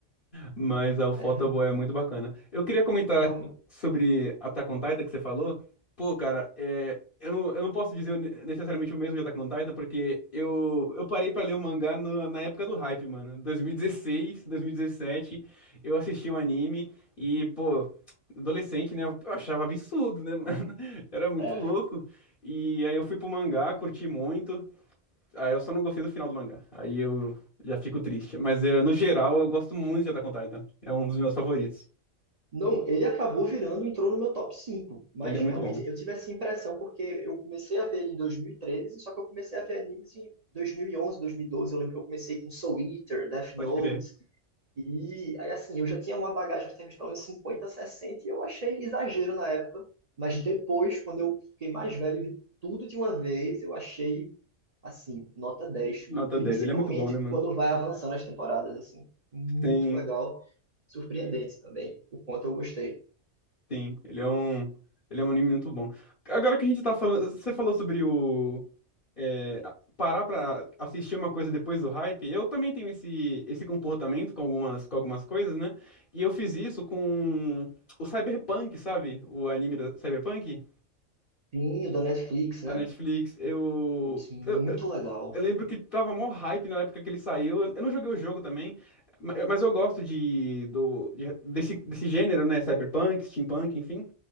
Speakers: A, on the left; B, on the right.
A: Mas ah, o Photoboy
B: É,
A: é muito bacana. Eu queria comentar
B: Realmente.
A: sobre Attack on Titan que você falou. Pô, cara, é, eu não, eu não posso dizer ne- necessariamente o mesmo de Attack on Titan, porque eu, eu parei pra ler o mangá no- na época do hype, mano. 2016, 2017, eu assisti o anime e, pô, adolescente, né? Eu achava absurdo, né, mano? <laughs> Era muito
B: é.
A: louco. E aí eu fui pro mangá, curti muito. Ah, eu só não gostei do final do mangá. Aí eu já fico triste. Mas eh, no geral, eu gosto muito de Attack on Titan. É um dos meus favoritos.
B: Não, ele acabou virando, entrou no meu top 5. mas
A: Ele é muito
B: realmente
A: bom.
B: eu tive essa impressão porque eu comecei a ver ele em 2013. só que eu comecei a ver animes em dois dois mil mil e onze, dois mil e doze. Eu lembro que eu comecei com Soul Eater, Death
A: Pode
B: Note,
A: crer.
B: e aí assim, eu já tinha uma bagagem de TV pelo menos 50, 60 e eu achei exagero na época, mas depois, quando eu fiquei mais velho e vi tudo de uma vez, eu achei assim, nota dez
A: Nota
B: principalmente
A: 10. Ele é muito bom, né, mano?
B: quando vai avançando as temporadas, assim. Muito
A: Sim,
B: legal, surpreendente também, o quanto eu gostei.
A: sim. Ele é um, ele é um anime muito bom. Agora que a gente tá falando. Você falou sobre o. eh, parar pra assistir uma coisa depois do hype. Eu também tenho esse, esse comportamento com algumas, com algumas coisas, né? E eu fiz isso com o Cyberpunk, sabe? O anime da Cyberpunk
B: Pinho da Netflix, né?
A: da Netflix. Eu.
B: Putz, muito
A: eu,
B: legal.
A: Eu lembro que tava mó hype na época que ele saiu. Eu eu não joguei o jogo também, ma- mas eu gosto de, do, de- desse, desse gênero, né? Cyberpunk, steampunk, enfim.